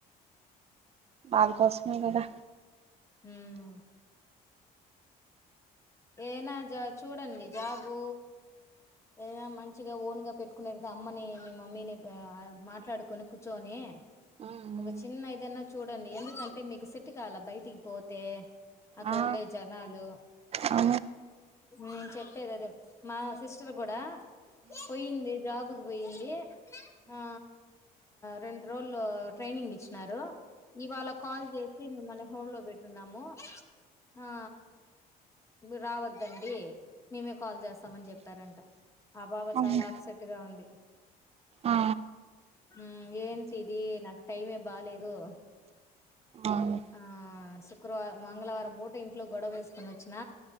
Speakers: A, on the right; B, on the left.
A: వాళ కోసమే కదా
B: హూ మ్ ఏనా జా చూడండి జాబు ఏనా మంచిగా ఓన్గా పెట్టుకునేతే అమ్మని మీ మమ్మీని మాట్లాడుకొని కూర్చోొని
A: ఆ
B: ఒక చిన్న ఇ ఏదన్నా చూడండి ఎందుకంటే మీకు సెట్టు కాలా బయటికి పోతే అక్కడ
A: అవును ఆ
B: ఉండే జనాలు
A: ఆ
B: నేను చెప్పేది అదే మా సిస్టర్ కూడా పోయింది జాబ్ కి పోయింది ఆ రెండు రోజులు ట్రైనింగ్ ఇచ్చినారు ఇవాళ కాల్ చేసి మిమ్మల్ని హోల్డ్ లో పెట్టున్నాము ఆ నువ్ రావద్దండి మేమే కాల్ చేస్తామని చెప్పారంట ఆ పాపా
A: అవును
B: చాలా అప్సెట్ గా ఉంది
A: ఆ
B: ఊ ఏంటి ఇది నాకు టైమే బాలేేదు
A: అవును
B: ఆ శుక్రవార మంగళవారం పూట ఇంట్లో గొడవ వేసుకొని వచ్చిన